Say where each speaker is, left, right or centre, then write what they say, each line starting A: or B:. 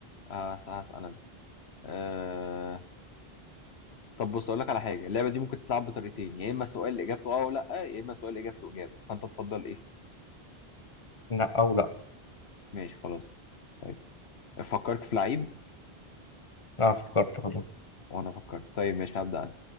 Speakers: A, on the left (about 80°); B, on the left (about 30°).
A: هسال انا أه... طب بص اقول لك على حاجه اللعبه دي ممكن تتلعب بطريقتين يا اما سؤال اجابته اه ولا لا يا اما سؤال اجابته اجابه فانت تفضل ايه
B: لا أو لا
A: ماشي خلاص طيب فكرت في لعيب
B: أه فكرت خلاص
A: وانا فكرت طيب مش هبدأ انا